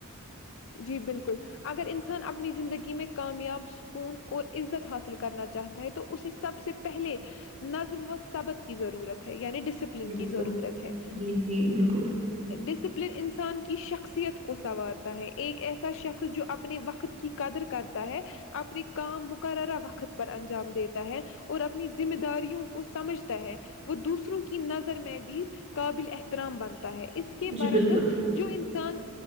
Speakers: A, on the left; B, on the right.
A: جی بالکل اگر انسان اپنی زندگی میں کامیاب سکون اور عزت حاصل کرنا چاہتا ہے تو اسے سب سے پہلے نظم و صبب کی ضرورت ہے یعنی ڈسپلن
B: جی بالکل
A: کی ضرورت ہے
B: جی جی بالکل
A: ڈسپل لن انسان کی شخصیت کو سنوارتا ہے ایک ایسا شخص جو اپنے وقت کی قدر کرتا ہے اپنے کام مقررہ وقت پر انجام دیتا ہے اور اپنی ذمہ داریوں کو سمجھتا ہے وہ دوسروں کی نظر میں بھی قابل احترام بنتا ہے اس کے
B: جی
A: برعکس
B: بالکل
A: جو انسان